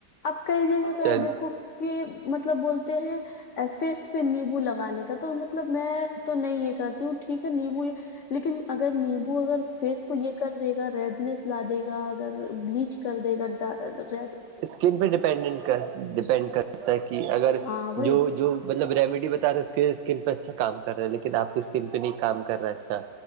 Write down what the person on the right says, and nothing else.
چل
سکن پہ دپنڈنگ کر ڈپینڈ کرتا ہے کہ اگر
جو جو مطلب ریمیڈی بتا رہے اس کے اسکن پہ اچھا کام کر رہا ہے لیکن آپ کی اسکن پہ نہیں کام کر رہا اچھا